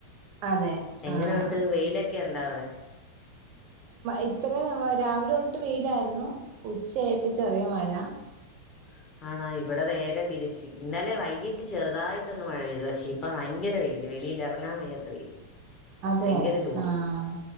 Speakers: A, on the right (about 40°); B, on the left (about 30°).
A: അതെ
B: എങ്ങനെുണ്ട്
A: ആഹ്
B: വെയിലൊക്കെ ഉണ്ട അവിടെ
A: ഇത്രയും ന രാവിലെ തൊട്ട് വെയിലായിരുന്നു ഉച്ചയായപ്പോ ചെറിയ മഴ
B: ഉ <inaudible> ആണാ ഇവിടെ നേരെ തിരിച്ച്ു ഇന്നലെ വൈകിട്ട് ചെറുതായിട്ടൊന്ന് മഴ പെയ്തു പക്ഷേ ഇപ്പ ഭയങ്കര വെയിൽ വ റങ്ങൻ വയ്യാ വ
A: അതെ
B: ഭയങ്കര ചൂട്
A: ആഹ്